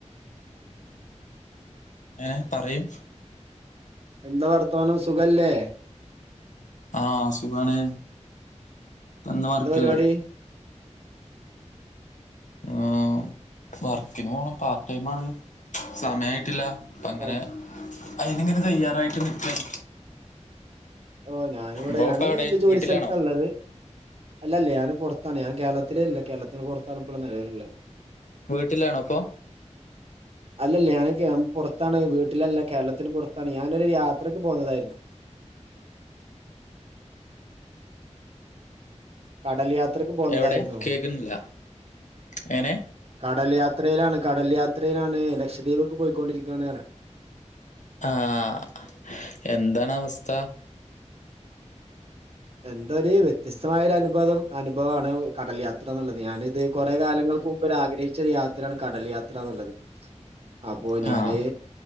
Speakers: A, on the left; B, on the right.
A: ഏഹ് പറയും
B: എന്താ വർത്താനം സുഖല്ലേ
A: ആഹ് സുഖാണ് ഇന്ന് വർക്കില്ലേ
B: എന്താ പരിപാടി
A: ആഹ് വർക്കിന് പോണം പാർടൈമാണ് സമയായിട്ടില്ല അപ്പങ്ങനെ
B: ആഹ്
A: അയിനിങ്ങനെ തയ്യാറായിട്ട് നിൽക്കാണ്
B: ഓഹ് ഞാനിവിടെ
A: ബ്രോ
B: ഞാന്
A: ഇപ്പ എവിടെ
B: ന്റെ ജോലി
A: വീട്ടിലാണോ
B: സ്ഥലത്താള്ളത് അല്ല ല്ല ഞാന് പൊറത്താണ് ഞാൻ കേരളത്തിലേ അല്ല കേരളത്തിന് പൊറത്താണ് ഇപ്പൊ നെലവില്ള്ളത്
A: വീട്ടിലാണോപ്പൊ
B: അല്ലല്ല ഞാൻ പൊറത്താണ് വീട്ടിലല്ല കേരളത്തിന് പൊറത്താണ് ഞാനൊരു യാത്രക്ക് പോന്നതായിരുന്നു കടല് യാത്രക്ക് പോന്നതായിരുന്നു
A: എവിടെ കേക്കുന്നില്ല എങ്ങനെ
B: കടൽ യാത്രയിലാണ് കടൽ യാത്രയിലാണ് ലക്ഷദ്വീബ്ക്ക് പോയിക്കൊണ്ടിരിക്കാണ്പറയാം
A: ആഹ് എന്താണവസ്ഥ?
B: എന്തോഒരു വ്യത്യസ്തമായ ഒരു അനുഭവം അനുഭവാണ് കടൽ യാത്രന്നുള്ളത് ഞാനിത് കുറേ കാലങ്ങ- ൾക്കുമുമ്പ് ആഗ്രഹിച്ച ഒരു യാത്രയാണ് കടൽ യാത്ര ന്നുള്ളത്
A: <unintelligible>
B: അപ്പോ ഞാനേ
A: ആ